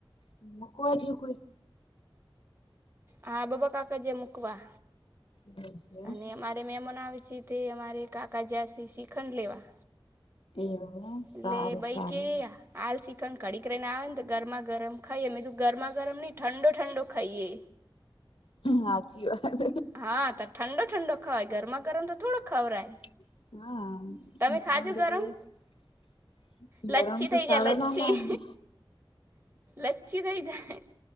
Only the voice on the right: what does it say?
હા બાબા કાકા જાય મૂકવા
અને મારે <unintelligible> પછી તે અમારે કાકા જસે શ્રીખંડ લેવા
એટલે
બઈ
કે
<unintelligible> આવે ને તો ગરમા ગરમ ખાઈએ મેધું ગરમા ગરમ <unintelligible> ઠંડો ઠંડો ખાઈએ
હા તો ઠંડો ઠંડો ગરમા ગરમ તો થોડો ખવરાય
તમે ખાજો
ગરમ
લચ્છી
થઈ
જાય લચ્છી
લચ્છી થઈ જાય